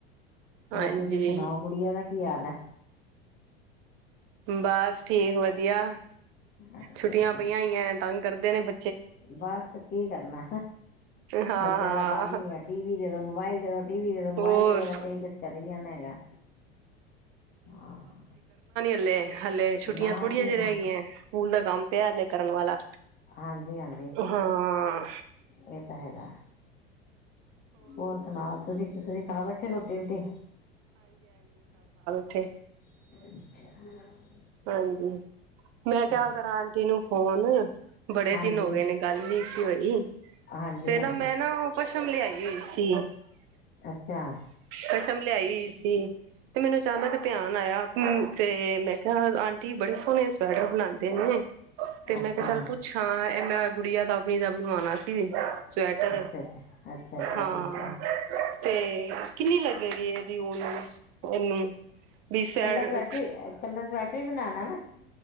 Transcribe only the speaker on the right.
ਹਾਂਜੀ
ਬਸ ਠੀਕ ਵਧੀਆ
ਛੁੱਟੀਆਂ ਪਈਆਂ ਹੀਈਆਂ ਤੰਗ ਕਰਦੇ ਨੇ ਬ
ਹਾਂ
ਹਾਂ
ਹੋਰ
ਲੇ ਹਲੇ ਛੁੱਟੀਆਂ
ਥੋੜੀਆਂ
ਜਿਹੇ
ਹੈਗੀਆਂ ਸਕੂਲ ਦਾ ਕੰਮ ਪਿਆ ਹਲੇ ਕਰਨ ਵਾਲਾ
ਹਾਂ
ੱਠ
ਹਾਂਜੀ ਮੈਂ ਕ
ਕਰਾਂ ਆਂਟੀ ਨੂੰ ਫੋਨ ਬੜੇ
ਦਿਨ ਹੋ ਗਏ ਨੇ ਗੱਲ ਨੀ ਸੀ ਹੋਈ
ਤੇ
ਨਾ ਮੈਂ ਨਾ ਉਹ ਪਸ਼ਮ ਲਿਆਈ ਹੋਈ ਸੀ
ਪਸ਼ ਮ ਲਿਆਈ ਸੀ ਤੇ ਮੈਨੂੰ ਅਚਾਨਕ ਧਿਆਨ ਆਇਆ ਤੇ ਆਂਟੀ ਬੜੇ ਸੋਹਣੇ ਸਵੈਟਰ ਬਣਾਉਂ ਤੇਨੇ ਤੇ
ਮੈਂ ਕਿਹਾ ਚੱਲ ਪੁੱਛਾਂ ਇਹ ਮੈਂ ਗੁੜੀਆ ਤਾਂ ਆਪਣੀ ਦਾ ਬਣਵਾਉਣਾ ਸੀ ਸਵੈਟਰ
ਹਾਂ
ਤੇ ਕਿੰਨੀ ਲੱਗੇਗੀ ਇਹਦੀ ਨੂੰ ਇਹਨੂੰ ਵੀ ਸਵੈ